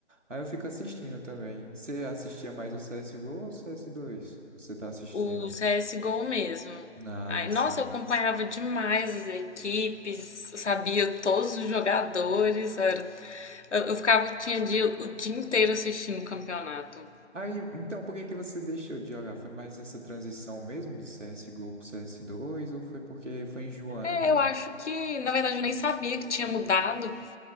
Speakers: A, on the right (about 85°); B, on the left (about 70°).
A: Aí eu fico assistindo também. Você assistia mais o CSGO ou o cs dois Você tá assistindo?
B: O CSGO mesmo.
A: Ah,
B: Aí,
A: sim.
B: nossa, eu acompanhava demais as equipes, eu sabia todos os jogadores. eu era- eu, eu ficava, tinha dia, o dia inteiro assistindo o campeonato.
A: Aí, então, por que que você deixou de jogar? Foi mais essa transição mesmo de CSGO pro CS2 ou foi porque foi enjoando
B: É,
A: mesmo?
B: eu acho que, na verdade, eu nem sabia que tinha mudado.